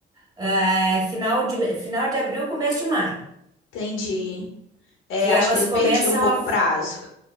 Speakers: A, on the right; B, on the left.
A: é, final de, final de abril, começo de maio,
B: Entendi. É,
A: que
B: acho
A: elas
B: que eu
A: começam
B: perdi um pouco
A: a
B: o prazo